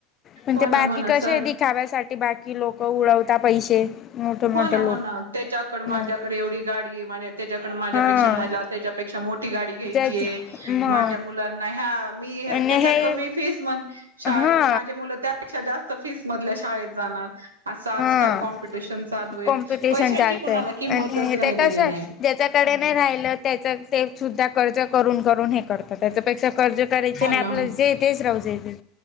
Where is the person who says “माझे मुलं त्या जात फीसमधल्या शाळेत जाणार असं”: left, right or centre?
Right